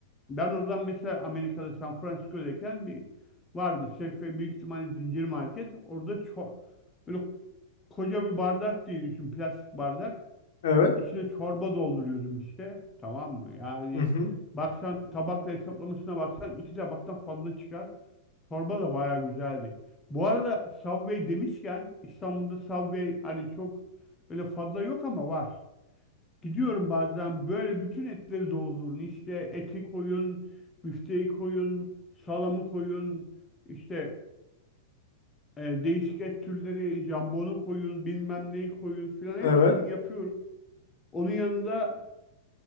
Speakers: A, on the left; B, on the left.
A: Ben oradan mesela Amerika'da San Francisco'dayken bir vardı. Safeway büyük ihtimalle zincir market. Orada ço böyle koca bir bardak diye düşün. Plastik bardak.
B: Evet.
A: İçine çorba dolduruyordum işte. Tamam mı? Yani
B: Hı hı.
A: baksan tabakla hesaplamasına baksan iki tabaktan fazla çıkar. Çorba da bayağı güzeldi. Bu arada Subway demişken İstanbul'da Subway hani çok böyle fazla yok ama var. Gidiyorum bazen böyle bütün etleri doldurun. İşte eti koyun, büfteyi koyun, salamı koyun, işte e, değişik et türleri, jambonu koyun, bilmem neyi koyun filan hepsini
B: Evet.
A: yapıyorum. Onun yanında